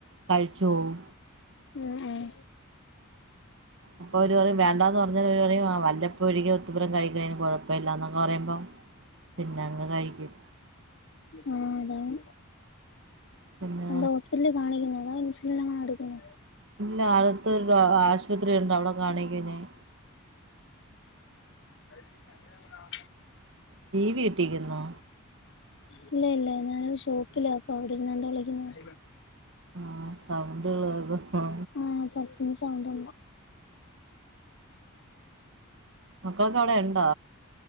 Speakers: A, on the right; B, on the left.
A: കഴിച്ചോവും
B: ഉം ഉം
A: അപ്പൊ അവര് പറയും വേണ്ടാന്ന് പറഞ്ഞാല് വല്ലപ്പോഴും ഒരു ഇത്തിരി പോലം കഴിക്കണത് കുഴപ്പമില്ല ഇല്ലാന്നൊ പറയുമ്പോം പിന്നെ അങ്ങ് കഴിക്കും
B: ആ അതാണ്
A: പിന്നെ
B: എന്താ ഹോസ്പിറ്റലിൽ കാണിക്കുന്നത് അതാ ഇൻസുലിൻ ആണം എടുക്കുന്ന
A: ഇല്ല അത് ആശുപത്രിയുണ്ട് അവിടെ കാണിക്കും ഞാൻ
B: അ <unintelligible>
A: ടി വി ഇട്ടേക്കുന്നോ
B: ഇല്ല ഇല്ല ഞാനൊരു ഷോപ്പിലാ അപ്പ അവിടെ ഇരുന്ന് വിളിക്കുന്നത്
A: ആ സൗണ്ട് ഏതെയാ
B: ആ പുറത്തുനിന്ന് സൗണ്ട്
A: മക്കളക്കെ അവിടെ ഉണ്ടാ